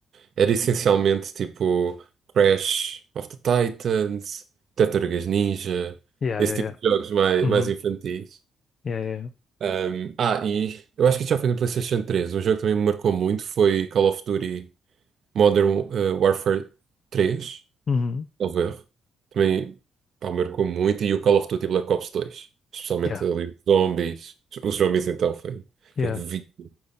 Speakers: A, on the right; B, on the left.
A: era essencialmente tipo Crash of the Titans, Tartarugas Ninja,
B: yeah,
A: esse
B: yeah,
A: tipo
B: yeah.
A: de jogos mais,
B: Uhum.
A: mais infantis.
B: Yeah, yeah, yeah.
A: Um, ah, e eu acho que isso já foi no PlayStation três. Um jogo que também me marcou muito foi Call of Duty Modern eh, Warfare três.
B: Uhum.
A: salvo erro. Também pá, marcou muito. E o Call of Duty Black Ops dois. especialmente
B: Yeah,
A: ali os zombies. Os zombies então foi,
B: yeah,
A: foi um vício.